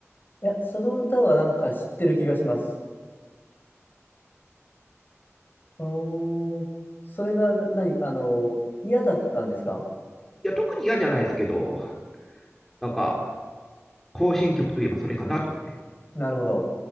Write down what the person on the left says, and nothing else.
いや、その歌はなんか知ってる気がします。うーん。それがな何、あの、嫌だったんですか
なるほど。